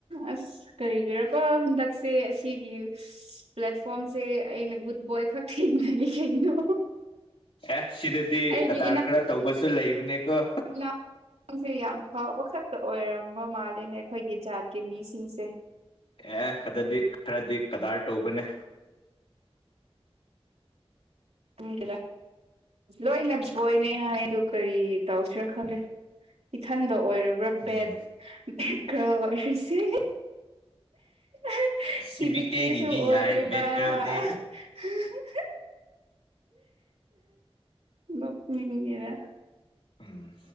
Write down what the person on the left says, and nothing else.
ꯑꯦ ꯁꯤꯗꯗꯤ
ꯀꯗꯥꯔ ꯈꯔ ꯇꯧꯕꯁꯨ ꯂꯩꯕꯅꯦꯀꯣ
ꯑꯦ ꯈꯗꯗꯤ ꯈꯔꯗꯤ ꯀꯗꯥꯔ ꯇꯧꯕꯅꯦ
ꯎꯝ
ꯁꯤ
ꯕꯤ ꯀꯦꯒꯤꯗꯤ
ꯌꯥꯏ ꯕꯦꯠ
ꯀꯔꯜꯗꯤ
ꯎꯝ